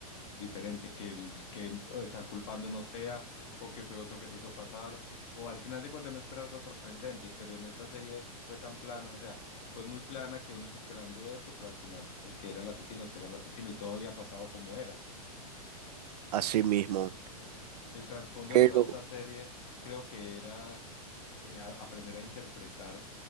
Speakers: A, on the left (about 45°); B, on the right (about 80°).
A: diferente, que el que están culpando no sea, o que fue otro que se hizo pasar, o al final de cuentas uno espera algo sorprendente, pero en esta serie fue tan plana, o sea, fue muy plana que uno está esperando esto, pero al final el que era el asesino, sí era el asesino, y todo había pasado como era.
B: así mismo.
A: El trasfondo
B: Pero
A: de toda esta serie creo que era eh, a- aprender a interpretar